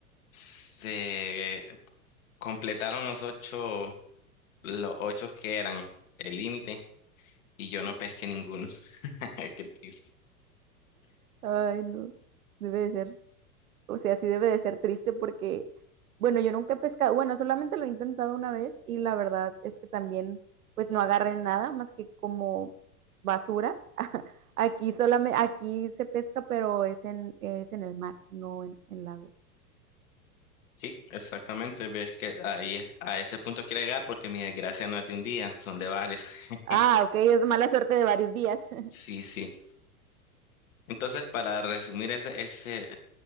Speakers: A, on the left; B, on the right.
A: se completaron los ocho, los ocho que eran el límite y yo no pesqué ninguno. <laughs> Qué triste.
B: ay no, debe de ser. O sea, sí debe de ser triste porque, bueno, yo nunca he pescado, bueno, solamente lo he intentado una vez y la verdad es que también, pues no agarré nada más que como basura. <laughs> Aquí solamente, aquí se pesca, pero es en, es en el mar, no en el lago.
A: Sí, exactamente. Ves que ahí es- a ese punto quiero llegar porque mi desgracia no es de un día, son de varios. <laughs>
B: Ah, ok, es mala suerte de varios días.
A: Sí, sí. Entonces, para resumir ese, ese,